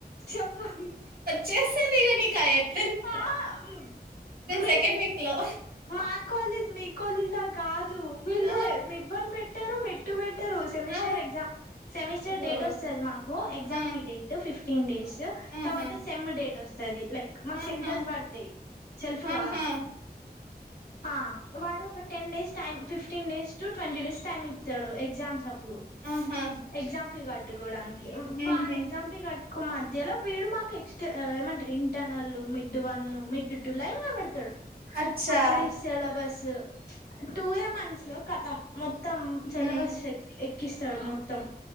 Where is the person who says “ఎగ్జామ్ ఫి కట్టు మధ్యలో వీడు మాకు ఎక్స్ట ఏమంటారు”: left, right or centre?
Left